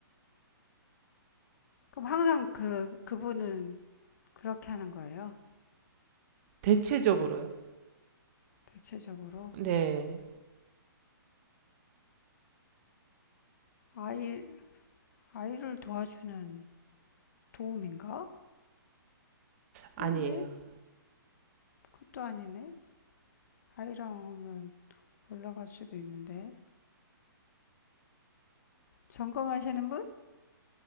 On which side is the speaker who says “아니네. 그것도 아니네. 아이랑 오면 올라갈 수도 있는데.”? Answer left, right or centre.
Left